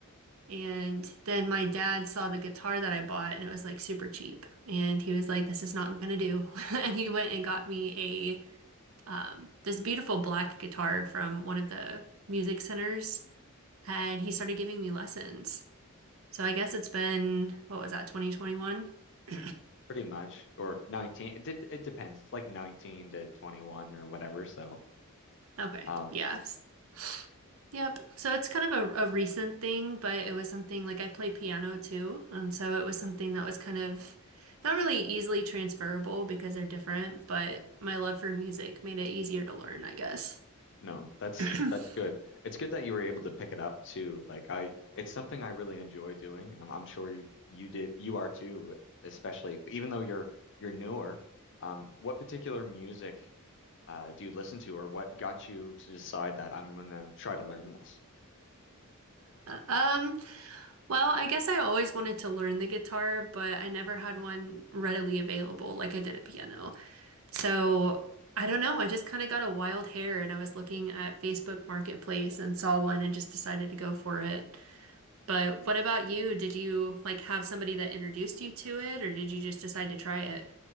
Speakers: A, on the right (about 65°); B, on the left (about 55°).
A: and then my dad saw the guitar that I bought and it was like super cheap. And he was like, This is not gonna do. <laughs> And he went and got me um, this beautiful black guitar from one of the music centers, and he started giving me lessons. So I guess it's been, what was that, 2021? <clears throat>
B: Pretty much, or 19. It, de- it depends. It's like 19 to 21 or whatever. So,
A: Okay,
B: um,
A: yes. Yep. So it's kind of a, a recent thing, but it was something like I play piano too. And so it was something that was kind of not really easily transferable because they're different, but my love for music made it easier to learn, I guess.
B: No, that's
A: <clears throat>
B: that's good. It's good that you were able to pick it up too. Like I, it's something I really enjoy doing. I'm, I'm sure you, you did, you are too, especially even though you're you're newer. Um, what particular music uh, do you listen to, or what got you to decide that I'm gonna try to learn this?
A: Um, Well, I guess I always wanted to learn the guitar, but I never had one readily available like I did a piano. So I don't know. I just kind of got a wild hair and I was looking at Facebook Marketplace and saw one and just decided to go for it. But what about you? Did you like have somebody that introduced you to it or did you just decide to try it?